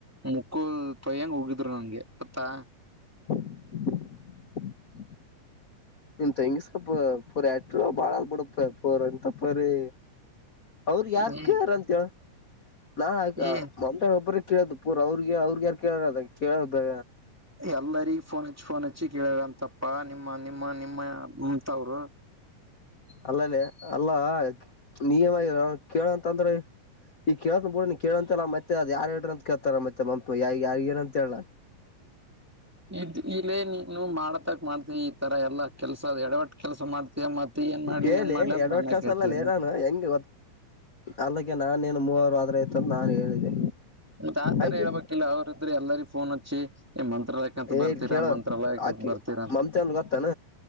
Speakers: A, in the centre; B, on the left (about 50°).
A: ಮುಕ್ಕು ಪಯ್ಯಂಗ ಹೋಗಿದ್ರು ನನ್ಗೆ ಗೊತ್ತಾ
B: ಹ <inaudible> ನಿಮ ತಂಗಿ ಸ್ವಪ ಪೂರ್ ಎಟ ಬಾಳ ಬಿಡಪ ಪೂರ ಎಂತ ಪರಿ ಅವ್ರ ಯಾರ್
A: ಹ್ಮ್
B: ಕೇಳಾರ ಅಂತೇಳ ನಾ
A: ಹ್ಮ್
B: ಮಮ ಒಬ್ಬ್ರ ಕೇಳೋದ ಪೂರ್ ಅವ್ರಿಗೆ ಅವ್ರಗ ಯಾರ ಕೇಳಾರ ಅದ ಕೇಳೋ ಬೇ
A: ಎಲ್ಲರಿಗ ಫೋನ್ ಹಚ್ಚಿ ಫೋನ್ ಹಚ್ಚಿ ಕೇಳಾರಂತಪ್ಪ ನಿಮ್ಮ ನಿಮ್ಮ ನಿಮ್ಮ ಮಂತವರು
B: ಅಲ್ಲಲ್ಲಿೇ ಅಲ್ಲಾ ನಿಯಮ ಇ ನ ಕೇಳಂತ ಅಂದ್ರೆ ಈಗ ಕೇಳಸ ಬ ಬಿಡ ನೀನ್ ಕೇಳ ಅಂತೆಂತಲ್ಲ ಮತ್ತೆ ಅದ ಯಾರ್ ಹೇಳ್ರಿ ಅಂತ ಕೇಳ್ತಾರ ಮತ್ತೆ ಮಮ ಯ ಯಾರ್ ಏನ ಅಂತ ಹೇಳ ಹ <inaudible>
A: ಇದ್ ಇಲ್ಲೇ ನೀನು ಮಾಡ್ತಕ್ ಮಾಡ್ತಿ ಈ ತರ ಎಲ್ಲಾ ಕೆಲ್ಸದ ಎಡವಟ್ ಕೆಲಸ ಮಾಡ್ತೀಯ ಮತ್ತೆ ಏನ್ ಮಾಡ್ಲಿ
B: ಹೇಳಿ
A: ಏನ್ ಮಾಡ್ಲಿ ಅಂತ
B: ಎಡವಟ್
A: ನಾನೇ
B: ಕೆಲ್ಸ
A: ಕೇಳ್ತೇ
B: ಅಲ್ಲಲ್ಲ ನಾನು ಹೆಂಗ ಅಲ್ಲಗೆ ನಾನೇನು ಮೂವರು ಆದ್ರ ಆಯತ ಅಂತ ನಾನು ಹೇಳಿದ್ದೆ
A: ಮತ್ತತ್ ಆತರ
B: ಆಕಿ
A: ಹೇಳ್ಬೇಕಿಲ್ಲ ಅವ್ರ ಇದ್ರೆ ಎಲ್ಲರಿ ಫೋನ್ ಹಚ್ಚಿ ಮಂತ್ರಾಲಯಕ್ಕಂತ
B: ಏ
A: ಬರ್ತೀರಾ
B: ಕೇಳ
A: ಮಂತ್ರಾಲಯಕ್ಕಂತ
B: ಆಕಿ
A: ಬರ್ತೀರಾ ಅಂತ
B: ಮಮತಲ್ ಗೊತ್ತಾನ